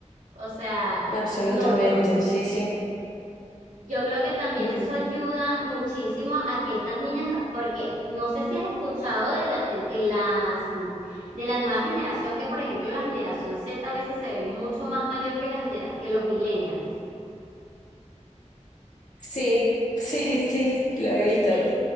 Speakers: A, on the right; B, on the left.
A: O sea,
B: Absolutamente,
A: no, no
B: sí, sí.
A: yo creo que también
B: Ujú.
A: eso ayuda muchísimo a que estas niñas, porque no sé si has escuchado de la, te- de las, de la nueva generación, que por ejemplo la generación Z a veces se ve mucho más mayor que la genera, que los millennials.
B: Sí, <laughs> sí, sí, lo he visto.
A: Sí,